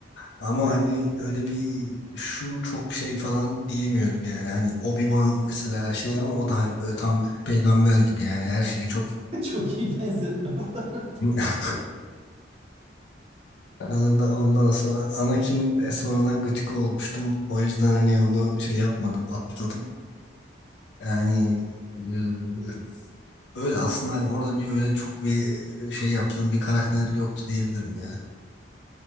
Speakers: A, on the left; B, on the right.
A: Ama hani öyle bir şu çok şey falan diyemiyordum yani. Hani Obi-Wan mesela şey ama o da hani böyle tam peygamber gibi yani her şeyi çok
B: mi? <laughs> Çok iyi benzetme bu arada.
A: <laughs> Ondan ondan sonra Anakin e, sonradan gıcık olmuştum. O yüzden hani onu şey yapmadım, atladım. Yani e, öyle aslında hani orada bir öyle çok bir şey yaptığım bir karakter yoktu diyebilirim ya.